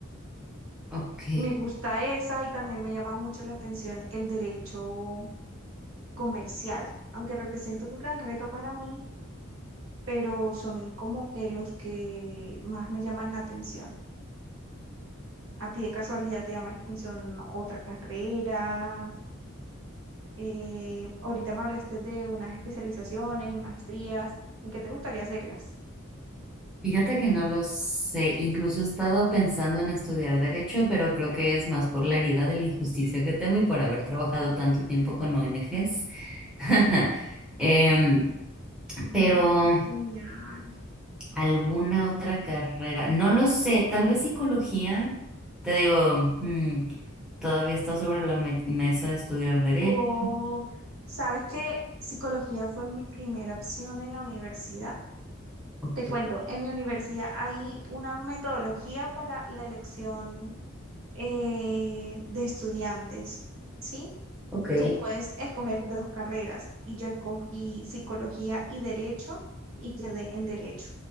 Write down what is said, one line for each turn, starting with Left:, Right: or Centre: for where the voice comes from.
Centre: Ok,
Right: Me gusta esa y también me llama mucho la atención el derecho comercial, aunque representa un gran reto para mí, pero son como que los que más me llaman la atención. ¿A ti de casualidad te llama la atención otra carrera? Eh, ahorita me hablaste de unas especializaciones y maestrías. ¿En qué te gustaría hacerlas?
Centre: fíjate que no lo sé. Incluso he estado pensando en estudiar derecho, pero creo que es más por la herida de la injusticia que tengo y por haber trabajado tanto tiempo con ONGs. <laughs> Em,
Right: Mm,
Centre: pero
Right: Genial.
Centre: ¿Alguna otra carrera? No lo sé, tal vez psicología. Te digo, mm, todavía está sobre la me- mesa de estudiar derecho.
Right: O, ¿sabes que Psicología fue mi primera opción en la universidad.
Centre: Ok.
Right: Te cuento, en mi universidad hay una metodología para la elección eh, de estudiantes, ¿sí?
Centre: Ok.
Right: Tú puedes escoger dos carreras y yo escogí psicología y derecho y quedé en derecho.